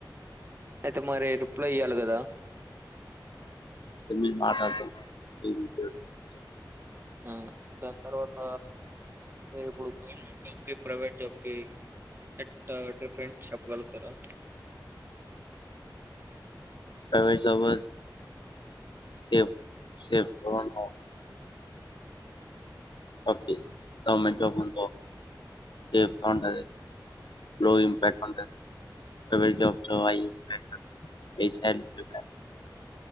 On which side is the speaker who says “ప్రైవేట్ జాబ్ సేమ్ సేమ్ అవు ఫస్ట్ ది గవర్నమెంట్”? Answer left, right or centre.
Left